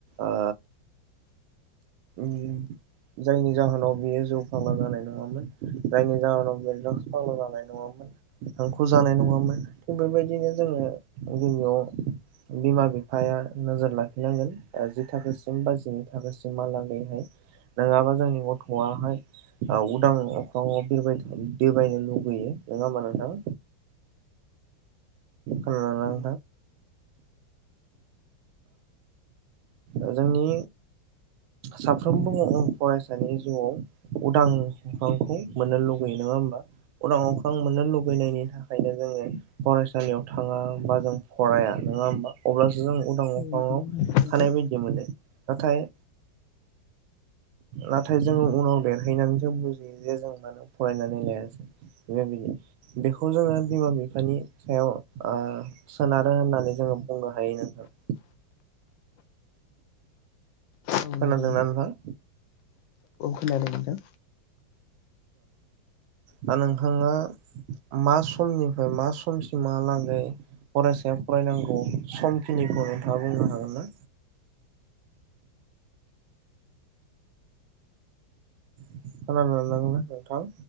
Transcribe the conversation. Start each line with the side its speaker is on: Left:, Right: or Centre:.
Right: ओ। जायनि जाहोनाव बियो जौ फाग्ला जानाय नङामोन। जायनि जाहोनाव। द्रागस ब' जानाय नङामोन हांखु जानाय नङामोन थिग बेबायदिनो जोङो गबियाव बिमा बिफाया नोजोर लाखिनांगोन जि थाखोसिम बा जिनै थाखोसिम। लागैहाय नङाबा जोंनि गथ'आहाय उदां अख्राङाव बिरबाय बिरबायनो लुुबैयो नङा होमबा नोंथां। <unintelligible> नोंथां
Left: औ नंगौ
Right: ओ जोंनि साफ्रोमबो फरायसानि जिउआव उदां अख्रांखौ मोननो लुगैयो नङा होमबा उदां अख्रां मोननो लुगैनायनि थाखायनो जोङो फरायसालियाव थाङा बा जों फराया नङा होनबा अब्ला। जों उदां अख्राङाव
Left: औ नंगौ नोंथां
Right: थानाय बायदि मोनो। नाथाय नाथाय जों उनाव देरहैनानैसो बुजियो जे जों मानो फरायनानै लायासै बेबायदि बेखौ जोङो बिमा बिफानि सायाव ओ सोनारो होननानै जोङो बुंनो हायो नोंथां।
Left: औ
Right: खोनादोंना
Left: नंगौ
Right: नोंथां?
Left: खोनादों‌ नोंथां?
Right: थां नोंथाङा मा समनिफ्राय मा समसिमहालागै फरायसाया फरायनांगौ समखिनिखौ नोंथाङा बुंनो हागोन ना? <unintelligible> नोंथां